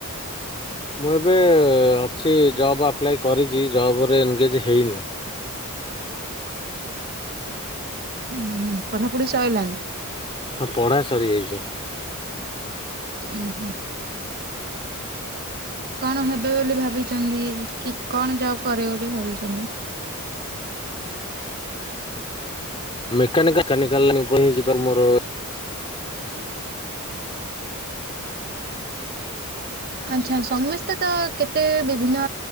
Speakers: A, on the left (about 25°); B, on the right (about 45°).
A: ମୁଁ ଏବେ ଅଛି ଜବ୍ ଆପ୍ଲାଏ କରିଚି। ଜବ୍ ରେ ଏନଗେଜ୍ ହେଇନି।
B: ଉଁ ହୁଁ। ପଠାପଢି ସଇଲାଣି?
A: ହଁ ପଢ଼ା ସରିଯାଇଚି।
B: ଉଁ ହୁଁ। କଣ ହେବେ ବୋଲି ଭାବିଚନ୍ତି? କି କଣ ଜବ୍ କରିବେ ବୋଲି ଭାବିଚନ୍ତି?
A: ମେକାନିକାଲ୍ ମେକାନିକାଲ୍ <unintelligible> ଯିବା ମୋର
B: ଆଚ୍ଛା। ସମସ୍ତେ ତ କେତେ ବିଭିନ୍ନ